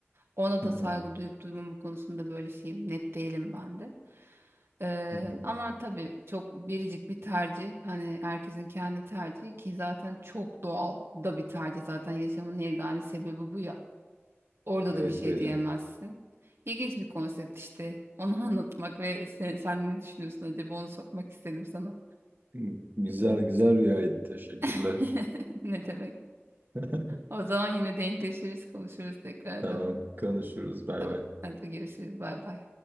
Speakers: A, on the right; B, on the right.
A: ona da
B: hı hı,
A: saygı duyup duymama konusunda böyle şeyim net değilim ben de. Ee,
B: hı hı.
A: ama tabii çok biricik bir tercih. Hani herkesin kendi tercihi ki zaten çok doğal da bir tercih. Zaten yaşamın yegane sebebi bu ya. Orada
B: Evet
A: da bir şey
B: öyle.
A: diyemezsin. İlginç bir konsept işte. Onu <laughs> anlatmak ve sen, sen ne düşünüyorsun acaba onu sormak istedim sana.
B: Hı, Güzel güzel rüyaydı. Teşekkürler.
A: <laughs> Ne demek?
B: <laughs>
A: O zaman yine denkleşiriz, konuşuruz tekrardan.
B: Tamam konuşuruz bay
A: Tamam.
B: bay.
A: Hadi görüşürüz. Bay bay.